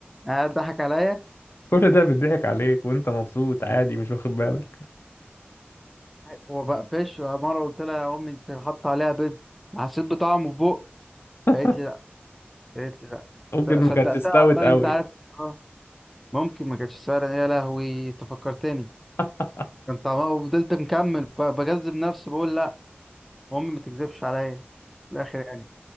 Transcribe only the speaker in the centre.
قاعد ضحك عليا
وبقفش مره قلت لها يا امي انت حاطه عليها بيض حسيت بطعمه في بق
قالت لي قالت لي لا
ف-
صدقتها
بقى
انت عارف اه ممكن ما كانتش سهله يا لهوي انت فكرتني
كان طعمها وفضلت مكمل ب- بجذب نفسي بقول لا امي ما تكذبش عليا في الاخر يعني